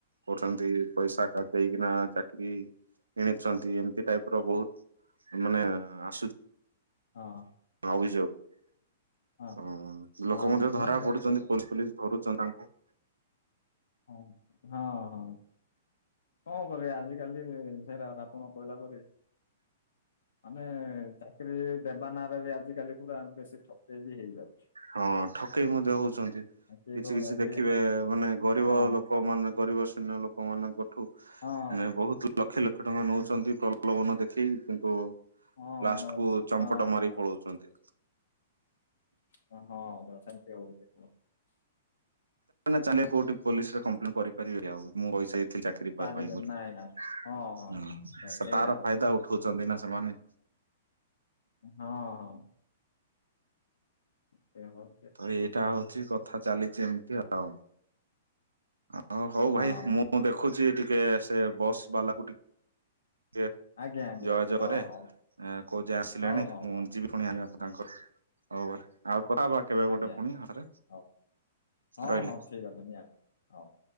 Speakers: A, on the right; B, on the left.
A: କରୁଛନ୍ତି। ପଇସା ଦେଇକିନା ଚାକିରି କିଣିଛନ୍ତି ଏମିତି ଟାଇପ ର ବହୁତ ମାନେ ଆସୁଛି।
B: ହଁ
A: ଅଭିଯୋଗ
B: ହଁ
A: ଓ ଲୋକ ମଧ୍ୟ
B: ହଁ ନାଇଁ
A: ଧରା
B: ହଉଛି
A: ପଡୁଛନ୍ତି ପୋଲିସ ପୋଲିସ ଧରୁଛ ତାଙ୍କୁ।
B: ହଁ ହଁ ହଁ କଣ କରିବ ଆଜିକାଲି ସେଇଟା କଣ କହିଲା ପରେ ଆମେ ଚାକରି ଦେବା ନାଁରେ ବି ଆଜିକାଲି ପୁରା ବେଶୀ ଠକେଇ ବି ହେଇଯାଉଛି।
A: ହଁ ଠକେଇ ମଧ୍ୟ ହଉଛନ୍ତି କିଛି
B: ଆଉ କିଏ କଣ
A: କିଛି
B: ଏତେ
A: ଦେଖିବେ ମାନେ ଗ
B: ହଁ
A: ରିବ ଲୋକ ମାନ ଗରିବ ଶ୍ରେଣୀ ର ଲୋକମାନଙ୍କଠୁ
B: ହଁ
A: ବହୁତ ଲକ୍ଷ ଲକ୍ଷ ଟଙ୍କା ନେଉଛନ୍ତି ପ୍ରଲୋଭନ ଦେଖେଇ କିନ୍ତୁ
B: ହଁ
A: ଲାଷ୍ଟ
B: ନଉଛନ୍ତି
A: କୁ ଚମ୍ପଟ
B: ହଁ
A: ମାରିକି
B: ନ
A: ପଳଉଛନ୍ତି।
B: ହଁ <unintelligible> ହଉଛି।
A: ଚାଲେ କୋଉଠି ପୋଲିସରେ କମ୍ପ୍ଲେନ କରିପାରିବି ଆଉ ମୁଁ ପଇସା ଚାକିରୀ
B: ପାରିବେ
A: ପାଇ ପାଇଁ ବୋଲି
B: ନାଇଁ ନାଇଁ ହଁ ହଁ
A: ସେ
B: ସେଇଟା
A: ତାର
B: ପରା
A: ଫାଇଦା ଉ ଦେଖୁଛନ୍ତି ନା ସେମାନେ।
B: ହଁ ହଁ। ସେ ହଁ।
A: ତ ଏଇଟା ହଉଛି କଥା ଚାଲିଛି ଏମିତି ଆଉ ଆଉ ହଉ
B: ହଁ
A: ଭାଇ ମୁଁ ମୁଁ ଦେଖୁଛି ଟିକେ ସେ ବସ୍ ବାଲାକୁ ଟିକେ ଟିକେ
B: ଆଜ୍ଞା ଆଜ୍ଞା
A: ଯୋଗାଯୋଗ
B: ହଁ
A: କରେ
B: ହଉ
A: କୋଉ ଯାଏଁ ଆସିଲେଣି
B: ହଉ ହଉ
A: ମୁଁ
B: ହଉ
A: ଯିବି। ପୁଣି
B: ହଁ
A: ଆଣିବାକୁ ତାଙ୍କର ହଉ ବୋଲି ଆଉ <unintelligible> କେବେ ଗୋଟେ
B: ଆଜ୍ଞା
A: ପୁଣି
B: ଆଜ୍ଞା
A: ହରେ
B: ହଉ ହଁ
A: ରହିଲି।
B: <unintelligible> ହଉ